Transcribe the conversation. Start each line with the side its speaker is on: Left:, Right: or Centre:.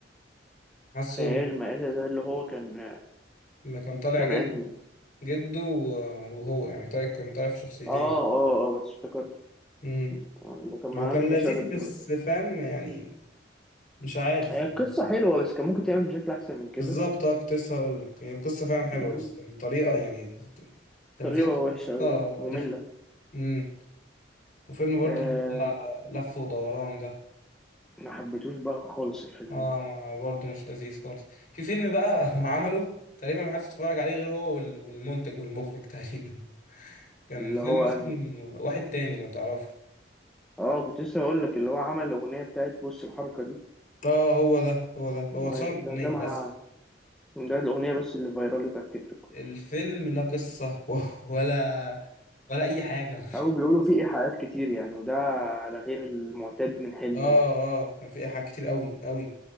Left: حاسه
Centre: خيال مآتة ده اللي هو كان
Left: لما كان طالع
Centre: كان
Left: جد
Centre: انهي
Left: جده و- وهو يعني طيب كان طالع في شخصيتين
Centre: اه اه اه بس افتكرته
Left: امم
Centre: آه، اللي كان معاه
Left: هو كان
Centre: منة
Left: لذيذ
Centre: شلبي باي
Left: بس فاهم يعني مش عارف
Centre: هي
Left: يعني
Centre: القصة حلوة بس كان ممكن تعمل بشكل أحسن من كده
Left: بالظبط اه كنت لسه هقول لك هي القصه فعلا حلوه
Centre: مم.
Left: بس الطريقه يعني الت- التنفيذ
Centre: طريقة
Left: بتاع
Centre: وحشة
Left: القصه
Centre: أوي مملة
Left: رخم امم وفيلم برضو
Centre: آه
Left: اللي هو لف ودوران ده
Centre: ما حبيتوش بقى خالص الفيلم
Left: اه
Centre: ده
Left: ما- برضه مش لذيذ خالص في فيلم بقى <laughs> هو عمله تقريبا ما حدش اتفرج عليه غير هو وال- والمنتج والمخرج <laughs> تقريبا كان
Centre: اللي
Left: فيلم
Centre: هو
Left: اسمه
Centre: أنهي
Left: واحد تاني لو تعرفه
Centre: اه كنت لسه هقول لك اللي هو عمل الأغنية بتاعت بص الحركة دي
Left: اه هو ده هو ده هو
Centre: آه
Left: اتشهر بأغنية
Centre: ده ده مع
Left: بس
Centre: ده الأغنية بس اللي فايرالت على التيك توك
Left: الفيلم لا قصة <laughs> و- ولا ولا أي حاجة
Centre: أو بيقولوا فيه إيحاءات كتير يعني وده على غير المعتاد من حلمي
Left: اه اه كان فيه إيحاءات كتير قوي قوي